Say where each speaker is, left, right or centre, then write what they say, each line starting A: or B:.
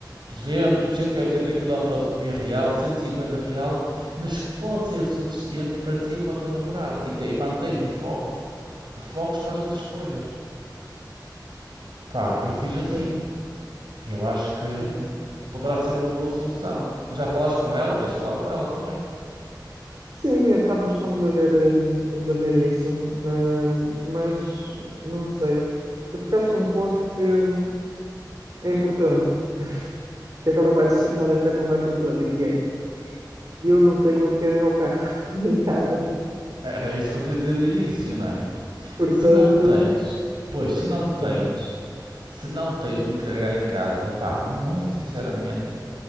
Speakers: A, on the right; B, on the right.
A: 200, 180 quilómetros de autonomia real, 150 real, mas pode ser suficiente para ti ou para a tua namorada, e, te, e mantens o foco, o foco para as outras coisas. Pá, eu fiz assim,
B: sim,
A: eu acho que
B: sim.
A: poderá ser uma boa solução, mas já falaste com ela, tens de falar com ela também.
B: Sim, estamos, estamos a ver, hum, estamos a ver isso, hum, mas não sei. Porque tocaste um ponto que hum, é importante, <laughs> que agora vai destornar esta conversa toda, que é eu não tenho onde carregar o carro <laughs> em casa.
A: Era isso que eu te ia dizer de início, não é?
B: Portanto,
A: Se não tens, pois, se não
B: é, portanto,
A: tens, se não tens onde carregar em casa, pá, muito sinceramente,